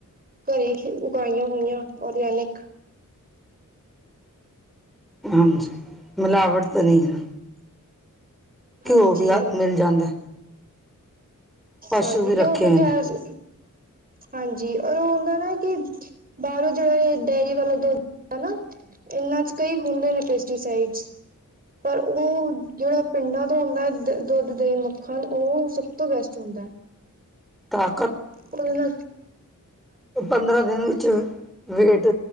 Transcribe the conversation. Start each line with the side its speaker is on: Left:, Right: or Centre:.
Right: ਘਰੇ ਉਗਾਈਆਂ ਹੋਈਆਂ ਔਰਗੈਨਿਕ।
Centre: ਹਾਂਜੀ ਮਿਲਾਵਟ ਤਾਂ ਨਹੀਂ ਹੈ।
Right: ਹਾਂਜੀ
Centre: ਘਿਓ ਵੀ ਮਿਲ ਜਾਂਦਾ। ਪਸ਼ੂ
Right: ਹਾਂਜੀ
Centre: ਵੀ
Right: ਕਿਉਂ
Centre: ਰੱਖੇ
Right: ਤੇ
Centre: ਹੋਏ
Right: ਖੈਰ।
Centre: ਨੇ
Right: ਹਾਂਜੀ ਔਰ ਉਹ ਹੁੰਦਾ ਨਾ ਕਿ ਬਾਹਰੋਂ ਜਿਹੜਾ ਇਹ ਡੇਅਰੀ ਵਾਲਾ ਦੁੱਧ। ਹਨਾ ਇਹਨਾਂ ਚ ਕਈ ਹੁੰਦੇ ਨੇ ਪੈਸਟੀਸਾਈਡਸ।
Centre: ਹ <inaudible> <inaudible>
Right: ਉਹ ਜਿਹੜਾ ਪਿੰਡਾਂ ਤੋਂ ਆਉਂਦਾ ਦੁੱਧ ਤੇ ਮੱਖਣ ਉਹ ਸਭ ਤੋਂ ਬੇਸਟ ਚੂੜਾ।
Centre: ਤਾਂ।
Right: ਉਹ ਨਾ।
Centre: ਪੰਦਰਾਂ ਦਿਨ ਵਿੱਚ ਵੇਟ